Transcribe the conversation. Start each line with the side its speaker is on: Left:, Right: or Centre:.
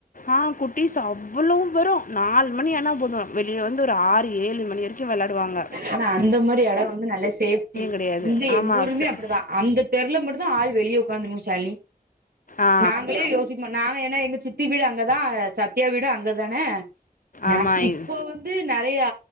Left: ஆ குட்டிஸ் அவ் ளோ வேரு நாலு மணி ஆனா போது வெளிய வந்து ஒரு ஆறு ஏழு மணி வரைக்கு வெளாடுவாங்க
Right: ஆனா அந்த மாரி எடோ வந்து நல்ல சேஃப்டி
Left: கிடையாது
Right: இங்க எங்க
Left: ஆமாம்
Right: ஊருமே
Left: ஆஃப் சார்.
Right: அப்டிதா அந்த தெருல மட்டு்தா ஆள் வெளிய உக்காந்துருக்கு சால்னி
Left: ஆ
Right: நாங்களே யோ ஸ்சிக் மாட்டோ நா ஏனா எங்க சித்தி வீடு அங்கதா சத்தயா வீடு அங்கதான மேக்ஸ்
Left: ஆமாம்
Right: இப்போ வந் து நெறைய